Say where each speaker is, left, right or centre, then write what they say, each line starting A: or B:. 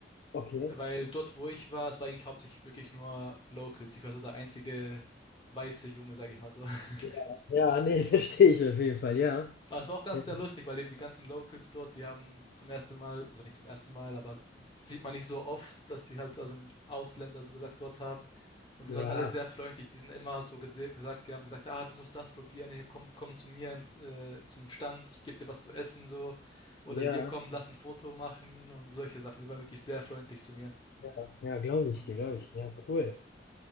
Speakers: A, on the left (about 60°); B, on the left (about 30°).
A: okay.
B: Weil dort, wo ich war, es war eigentlich hauptsächlich wirklich nur Locals. Ich war so der einzige weiße Junge, sage ich mal so. <laughs>
A: Ja, Ja, ne, <laughs> verstehe ich auf jeden Fall, ja.
B: Aber es war auch ganz
A: Ja,
B: sehr lustig, weil eben die ganzen Locals dort, die haben zum ersten Mal, also nicht zum ersten Mal, aber sieht man nicht so oft, dass sie halt also einen Ausländer so gesagt dort haben. Und die
A: ja,
B: sind halt alle sehr freundlich. Die sind immer so gese- gesagt, die haben gesagt, ah, du musst das probieren, hier komm, komm zu mir ins, äh, zum Stand, ich gebe dir was zu essen so. Oder
A: ja,
B: hier komm, lass ein Foto machen und solche Sachen. Die waren wirklich sehr freundlich zu mir.
A: ja, ja, glaube
B: Und
A: ich dir, glaube ich. Ja, cool.